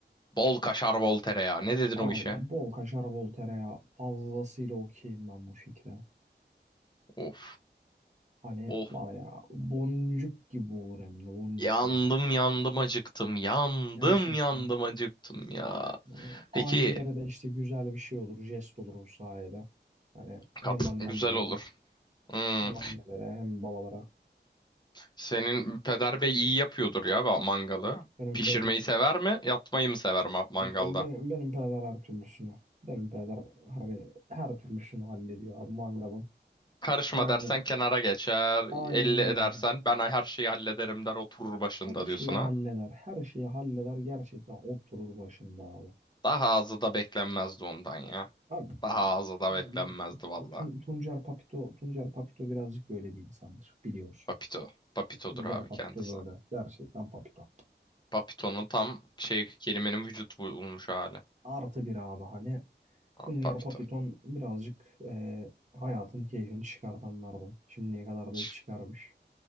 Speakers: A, on the left (about 25°); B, on the right (about 40°).
A: Bol kaşar, bol tereyağı. Ne dedin
B: Abi
A: o işe?
B: bol kaşar bol tereyağı fazlasıyla okeyim ben bu fikre.
A: Of,
B: Hani
A: of.
B: var ya boncuk gibi olur hem de boncuk
A: Yandım
B: boncuk.
A: yandım acıktım. Yandım
B: Gerçekten.
A: yandım acıktım ya.
B: Hani ailelere
A: Peki
B: de işte güzel bir şey olur, jest olur o sayede. Hani hem
A: kat
B: annemlere,
A: güzel olur. Hmm.
B: hem annelere, hem babalara.
A: Senin peder bey iyi yapıyordur ya ba- mangalı.
B: Benim
A: Pişirmeyi
B: benim
A: sever mi? Yapmayı mı sever ma- mangalda?
B: benim, benim peder her türlüsünü. Benim peder hani her türlüsünü hallediyor abi mangalın.
A: Karışma
B: Yani
A: dersen kenara geçer.
B: aynen
A: Elle edersen
B: öyle.
A: ben her şeyi hallederim der oturur başında
B: Her şeyi
A: diyorsun
B: halleder.
A: ha.
B: Her şeyi halleder. Gerçekten oturur başında abi.
A: Daha azı da beklenmezdi ondan ya.
B: Abi
A: Daha azı da
B: yani
A: beklenmezdi
B: bizim
A: valla.
B: Tun- Tuncer Papito Tuncer Papito birazcık böyle bir insandır biliyorsun.
A: Papito. Papito'dur
B: Tuncer
A: abi
B: Papito
A: kendisi.
B: böyle. Gerçekten Papito.
A: Papito'nun tam şey kelimenin vücut bulmuş hali.
B: Artı bir abi hani
A: Abi
B: Tuncer
A: Papito.
B: Papiton birazcık e, hayatın keyfini çıkartanlardan. Şimdiye kadar da hep
A: Ç-
B: çıkarmış.